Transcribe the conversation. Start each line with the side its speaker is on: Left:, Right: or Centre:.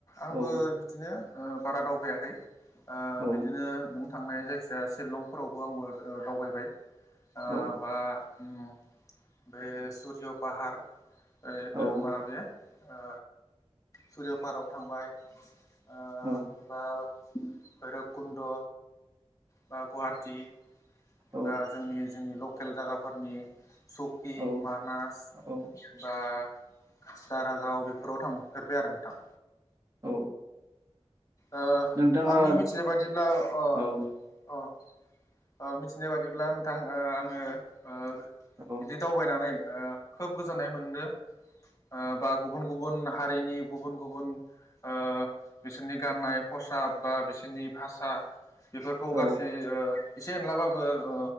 Left: आंबो
Right: औ
Left: बिदिनो ओ बारा दावबायाखै। ओ
Right: औ
Left: बिदिनो नों थांनाय जायखिया सिलंफोरावबो आंबो ओ दावबायबाय ओ
Right: औ
Left: बा उम बे सुरय पाहार ओ
Right: औ
Left: ओ माबाया ओ सुरयापाहाराव थांबाय ओ
Right: औ
Left: बा भैरबकुन्द' बा गुवाहाटी
Right: औ
Left: बा जोंनि जोंनि लकेल जायगाफोरनि सकि
Right: औ
Left: मानास
Right: औ
Left: बा दारागाव बेफोराव थांफेरबाय आरो नोंथां।
Right: औ
Left: ओ
Right: नोंथाङा
Left: आंनि मिथिनाय बादिब्ला अ
Right: औ
Left: अ ओ मिथिनाय बादिब्ला नोंथां ओ आङो ओ
Right: औ
Left: बिदि दावबायनानै ओ खोब गोजोननाय मोनदों ओ बा गुबुन गुबुन हारिनि गुबुन गुबुन ओ बिसोरनि गाननाय खसाब बा बिसोरनि भाषा बेफोरखौ
Right: औ
Left: गासै ओ एसे एनलाबाबो ओ